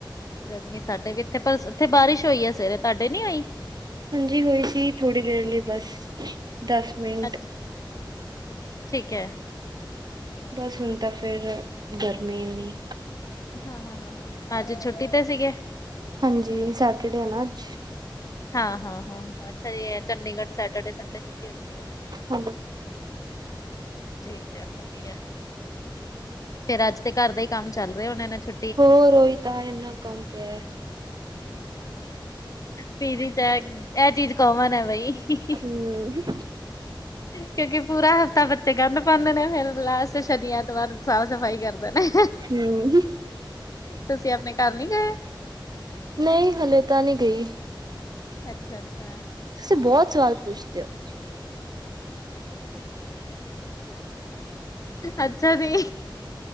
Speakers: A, on the left; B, on the right.
A: ਗਰਮੀ ਸਾਡੇ ਵੀ ਇੱਥੇ ਪਰ ਉੱਥੇ ਬਾਰਿਸ਼ ਹੋਈ ਐ ਸਵੇਰੇ, ਤੁਹਾਡੇ ਨੀਂ ਹੋਈ?
B: ਹਾਂਜੀ ਹੋਈ ਸੀ, ਥੋੜ੍ਹੀ ਦੇਰ ਲਈ ਬਸ ਦਸ <inaudible>
A: ਅੱ, ਠੀਕ ਐ।
B: ਬਸ ਹੁਣ ਤਾਂ ਫੇਰ ਗਰਮੀ ਇੰਨੀ
A: ਹਾਂ-ਹਾਂ- ਹਾਂ-ਹਾਂ, ਅੱਜ ਛੁੱਟੀ ਤੇ ਸੀਗੇ।
B: ਹਾਂਜੀ, ਸੈਟਰਡੇ ਐ ਨਾ ਅੱਜ।
A: ਹਾਂ ਹਾਂ ਹਾਂ ਹਾਂ, ਅੱਛਾ ਜੀ। ਚੰਡੀਗੜ੍ਹ ਸੈਟਰਡੇ ਸੰਡੇ ਛੁੱਟੀ ਹੁੰਦੀ ਐਨਾਂ।
B: ਹੈਲੋ,
A: ਠੀਕ ਐ ਵਧੀਆ, ਫੇਰ ਅੱਜ ਤੇ ਘਰ ਦਾ ਹੀ ਕੰਮ ਚੱਲ ਰਿਹਾ ਹੋਣੇ ਨੇ ਛੁ
B: ਹੋਰ, ਉਹੀ ਤਾਂ ਐਨਾ ਕੰਮ ਪਿਆ।
A: ਪੀ ਜੀ ਚ, ਇਹ ਚੀਜ਼ ਕੋਮਨ ਐ ਬਈ।
B: ਹੂੰ,
A: ਕਿਉਂਕਿ ਪੂਰਾ ਹਫ਼ਤਾ ਬੱਚੇ ਗੰਦ ਪਾਂਦੇ ਨੇ, ਫੇਰ ਲਾਸਟ ਸ਼ਨੀ, ਐਤਵਾਰ। ਸਾਫ਼ ਸਫ਼ਾਈ ਕਰਦੇ ਨੇ,
B: ਹਮ
A: ਤੁਸੀਂ ਆਪਣੇ ਘਰ ਨੀ ਗਏ।
B: ਨਹੀਂ ਹਲੇ ਤਾਂ ਨਹੀਂ ਗਈ।
A: ਅੱਛਾ- ਅੱਛਾ।
B: ਤੁਸੀਂ ਬਹੁਤ ਸਵਾਲ ਪੁੱਛਦੇ ਹੋ।
A: ਅੱਛਾ ਜੀ,